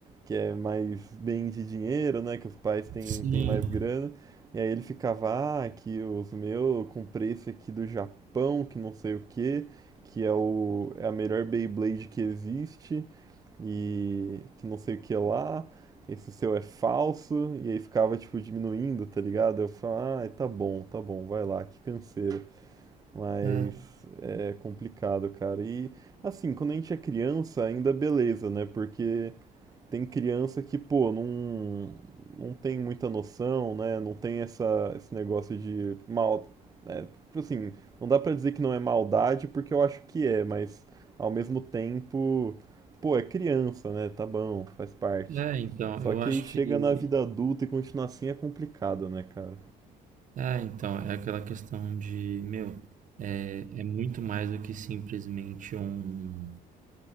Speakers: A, on the right (about 20°); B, on the right (about 50°).
A: que é mais bem de dinheiro, né? Que os pais têm,
B: Sim.
A: têm mais grana. E aí ele ficava, ah, aqui os meus, eu comprei esse aqui do Japão, que não sei o que que é, o, é a melhor Beyblade que existe e que não sei o que lá, esse seu é falso, e aí ficava, tipo, diminuindo, tá ligado? Eu falava, ah, tá bom, tá bom, vai lá, que canseira. Mas
B: É.
A: é complicado, cara. E assim, quando a gente é criança, ainda beleza, né? Porque tem criança que, pô, não, não tem muita noção, né? Não tem essa, esse negócio de mal. É, tipo assim, não dá pra dizer que não é maldade, porque eu acho que é, mas ao mesmo tempo, pô, é criança, né? Tá bom, faz parte.
B: É, então,
A: Só
B: eu
A: que
B: acho
A: aí chega
B: que.
A: na vida adulta e continuar assim é complicado, né, cara?
B: É, então, é aquela questão de, meu, é, é muito mais do que simplesmente um.